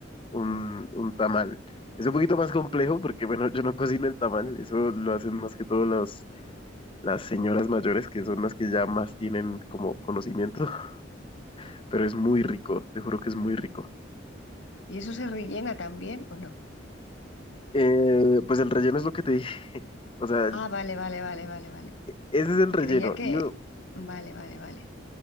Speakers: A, on the left; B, on the left.
A: un, un tamal. Es un poquito más complejo porque, bueno, yo no cocino el tamal, eso lo hacen más que todo los, las señoras mayores, que son las que ya más tienen como conocimiento, <laughs> pero es muy rico, te juro que es muy rico.
B: ¿Y eso se rellena también o no?
A: Eh, pues el relleno es lo que te dije, o sea,
B: Ah,
A: el-
B: vale, vale, vale, vale, vale.
A: ese es el relleno
B: Creía que...
A: y uh,
B: Vale, vale, vale.